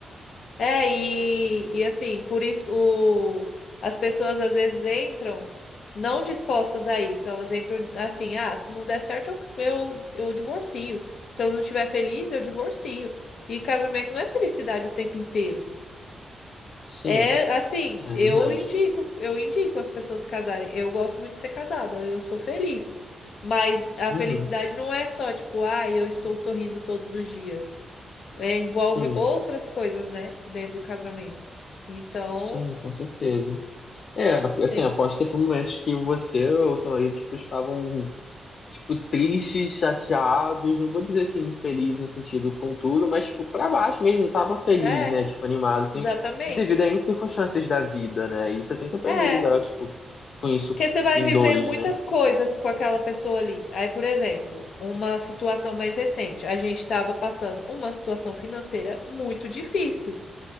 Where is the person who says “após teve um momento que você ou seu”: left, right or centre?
Left